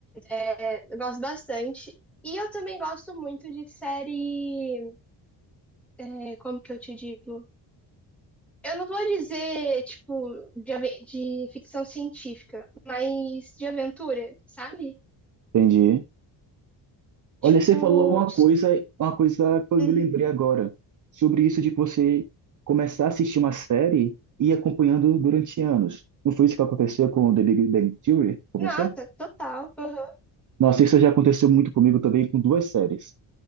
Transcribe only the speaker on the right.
Entendi. Olha,
você falou uma
coisa, uma coisa que eu
me lembrei agora, sobre isso de que você começar a assistir uma série e ir acompanhando durante anos. Não foi isso que aconteceu com The Big Bang Theory com
você?
Nossa, isso já aconteceu muito comigo também com duas séries.